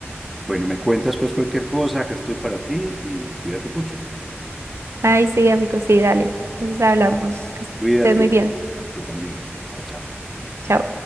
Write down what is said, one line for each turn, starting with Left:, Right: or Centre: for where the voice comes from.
Centre: Bueno, me cuentas pues cualquier cosa, acá estoy para ti y cuídate mucho.
Right: Ay, sí, amigo, sí, dale. Entonces hablamos. Que estés
Centre: Cuídate,
Right: muy bien.
Centre: tú también. Chao, chao.
Right: Chao.